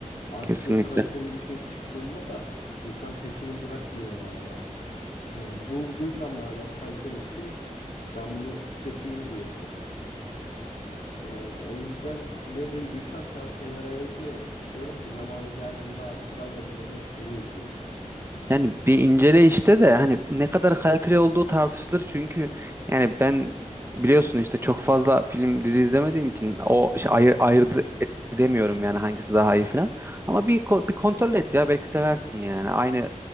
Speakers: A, on the left (about 65°); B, on the right (about 20°).
A: Artık
B: kesinlikle.
A: böyle kaliteli bir şey çıktığında da insan peşini bırakmıyor yani artık. Hani bulduysan madem kaliteli bir şey ben bunu tüketeyim diyorsun. Yani o yüzden ne duyduysam şu an kenara yazıyorum. Diyorum ki zamanı geldiğinde abi sırayla bunların hepsini izleyeyim.
B: Yani bir incele işte de hani ne kadar kaliteli olduğu tartışılır çünkü yani ben biliyorsun işte çok fazla film dizi izlemediğim için o şey ayır, ayırt edemiyorum yani hangisi daha iyi falan. Ama bir ko- bir kontrol et ya belki seversin yani. Aynı